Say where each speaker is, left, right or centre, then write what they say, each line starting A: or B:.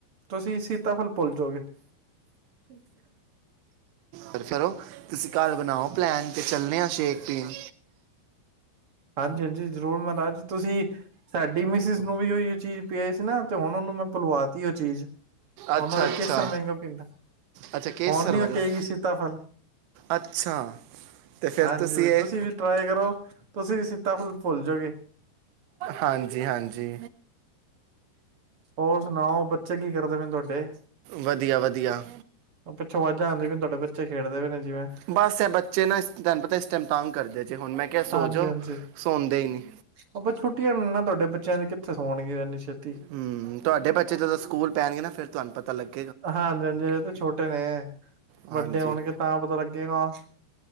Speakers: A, on the right; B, on the right.
A: ਤੁਸੀਂ ਸੀਤਾਫਲ ਭੁੱਲ ਜੋਗੇ। ਠੀਕ ਹੈ
B: ਫ-ਫਿਰੋ ਤੁਸੀਂ ਕੱਲ ਬਣਾਓ ਪਲੈਨ ਤੇ ਚੱਲਣੇ ਹਾਂ ਸ਼ੇਕ ਪੀਣ।
A: ਹਾਂਜੀ-ਹਾਂਜੀ, ਜ਼ਰੂਰ ਮਹਾਰਾਜ ਤੁਸੀਂ ਸਾਡੀ ਮਿਸਿਸ ਨੂੰ ਵੀ ਉਹੀ ਚੀਜ਼ ਪੀਆ ਸੀ ਨਾ ਤੇ ਹੁਣ ਉਹਨੂੰ ਮੈਂ ਭੁਲਵਾ ਤੀ ਉਹ ਚੀਜ਼। ਉਹ
B: ਅੱਛਾ
A: ਆ
B: ਅੱਛਾ
A: ਕੇਸਰ ਮਹਿੰਗਾ ਪੀਂਦਾ।
B: ਅੱਛਾ ਕੇਸਰ
A: ਹੁਣ ਨੀ
B: ਵਾਲਾ,
A: ਉਕੇਗੀ ਸੀਤਾਫਲ
B: ਅੱਛਾ। ਤੇ ਫੇਰ
A: ਹਾਂਜੀ
B: ਤੁਸੀਂ ਇਹ
A: ਵੀ ਟਰਾਈ ਕਰੋ ਤੁਸੀਂ ਵੀ ਸੀਤਾਫਲ ਭੁੱਲ ਜਾਓਗੇ
B: ਹਾਂਜੀ-ਹਾਂਜੀ।
A: ਹੋਰ ਸੁਣਾਓ ਬੱਚੇ ਕੀ ਕਰਦੇ ਪੇ ਣੇ ਤੁਹਾਡੇ?
B: ਵਧੀਆ-ਵਧੀਆ,
A: ਪਿੱਛੋਂ ਆਵਾਜ਼ਾਂ ਆਉਂਦੀ ਪਈਆਂ ਤੁਹਾਡੇ ਬੱਚੇ ਖੇਡਦੇ ਪਏ ਨੇ ਜਿਵੇਂ
B: ਬੱਸ ਐ ਬ ਚੇ ਨਾ ਇਸ ਤੈਨੂੰ ਪਤਾ ਇਸ ਟਾਈਮ ਤਾਂਗ ਕਰਦੇ ਜੇ, ਹੁਣ ਮੈਂ ਕਿਹਾ ਸੋ
A: ਹਾਂਜੀ
B: ਜੋ,
A: ਹਾਂਜੀ
B: ਸੌਂਦੇ ਹੀ ਨਹੀਂ।
A: ਉਹ ਪਰ ਛੁੱਟੀਆਂ ਨਾ ਤੁਹਾਡੇ ਬੱਚਿਆਂ ਦੀ, ਕਿੱਥੇ ਹੋਣਗੇ ਇੰਨੀ ਛੇਤੀ।
B: ਹੁੰ, ਤੁਹਾਡੇ ਬੱਚੇ ਜਦੋਂ ਸਕੂਲ ਪੈਣਗੇ ਨਾ ਫੇਰ ਤੁਹਾਨੂੰ ਪਤਾ ਲੱਗੇ
A: ਹਾਂਜੀ-ਹਾਂਜੀ, ਅਜ਼ੇ ਤੇ ਛੋਟੇ ਨੇ।
B: ਹਾਂਜੀ,
A: ਵੱਡੇ ਹੋਣਗੇ ਤਾਂ ਪਤਾ ਲੱਗੇਗਾ